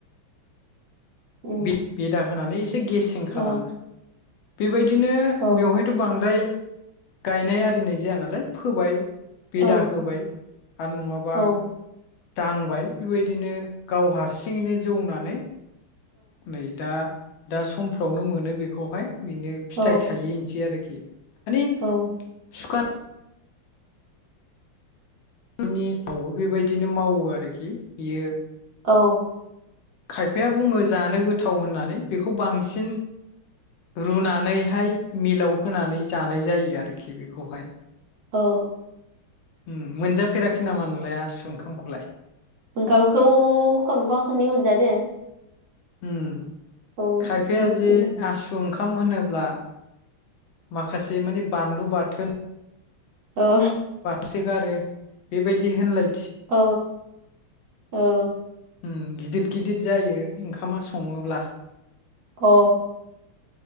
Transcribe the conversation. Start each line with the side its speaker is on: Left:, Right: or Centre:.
Right: उम
Left: बि बे दा होनानै एसे गेसें
Right: औ
Left: खालामो। बेबाय दिनो
Right: औ
Left: बेवहायथ बांद्राय गायनाय आरिनाय जाया नालाय फोबाय बेदा
Right: औ
Left: होबाय आरो नङाबा
Right: औ
Left: दांबाय बेबायदिनो गाव हारसिङैनो जौनानै नै दा दा समफ्रावनो मोनो बेखौहाय। बिनो फिथाइ
Right: औ
Left: थाहैनोसै आरो खि। माने
Right: औ
Left: सुखा जोंनिआबो बेबायदिनो मावो आरोखि बियो
Right: औ।
Left: खायफाया बुङो जानो गोथाव होननानै बेखौ बांसिन रुनानैहाय मिलाव होनानै जानाय जायो आरोखि बेखौहाय।
Right: औ।
Left: उम मोनजाफेराखै नामा नोंलाय आसु ओंखामखौलाय।
Right: ओंखामखौ खनफा खननै मोनजादो।
Left: उम
Right: औ
Left: खायफाया
Right: मिथियो
Left: जे आसु ओंखाम होनोब्ला माखासे माने बानलु बाथोन
Right: औ।
Left: सोगारो बेबायदि होनलाय
Right: अ औ।
Left: उम गिदिद गिदिद जायो ओंखामा सङोब्ला।
Right: अ